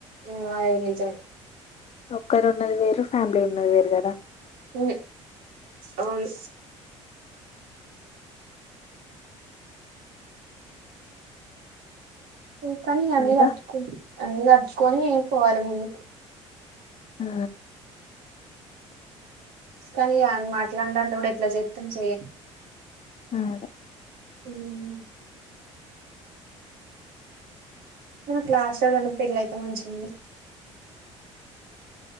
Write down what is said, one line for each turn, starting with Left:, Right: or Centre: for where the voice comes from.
Right: ఊ అది నిజం
Left: ఒక్కరు ఉన్నది వేరు ఫ్యామిలీ ఉన్నది వేరు కదా
Right: ఊ అవును ఊ కానీ అన్న
Left: ఇంకా
Right: తటుకు అన్ని తట్టుకుని పోవాలి ముందుకు
Left: ఆ
Right: కానీ ఆ మాట్లాడడానికి కూడా ఎట్లా చేతం చెయం
Left: అ అదే
Right: ఊ ఊ మన క్లాస్ల ఎవరిదన్న పెళ్ళ అయితే మంచిగుండు